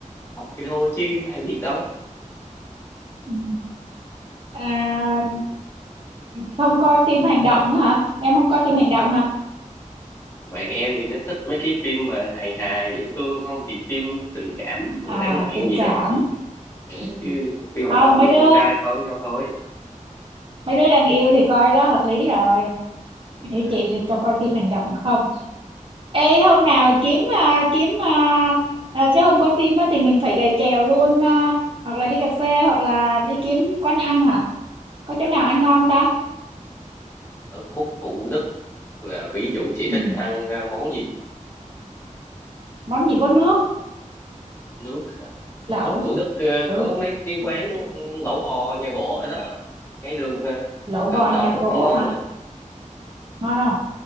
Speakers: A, on the left; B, on the right.
A: khóc thì thôi chứ ai biết đâu
B: ừ. à, không coi phim hành động nữa hả em không coi phim hành động hả
A: bạn em thì nó thích mấy cái phim mà hài hài dễ thương không thì phim tình cảm
B: à
A: lãng mạn
B: tình
A: gì
B: cảm
A: đó thì ờ,
B: Ừ.
A: chứ phim hành
B: không
A: động
B: mấy
A: thì
B: đứa
A: con trai coi với nhau thôi
B: mấy đứa đang yêu thì coi đó hợp lý rồi như
A: à,
B: chị thì tao coi phim hành động không Ê hôm nào kiếm à, kiếm à, à, cái hôm coi phim á, thì mình phải gầy kèo luôn à, hoặc là đi cà phê hoặc là đi kiếm quán ăn hả? Có chỗ nào ăn ngon ta?
A: ở khúc Thủ Đức là ví dụ chị
B: Ừ.
A: thích ăn ờ, món gì
B: Món gì có nước?
A: nước
B: Lẩu.
A: nước Thủ Đức ờ,
B: Ừ,
A: có mấy cái quán lẩu bò nhà gỗ rồi đó ngay đường ờ,
B: lẩu bò
A: Phạm Văn
B: nhà
A: Đồng nó
B: gỗ
A: cũng ngon
B: hả?
A: á
B: Ngon không?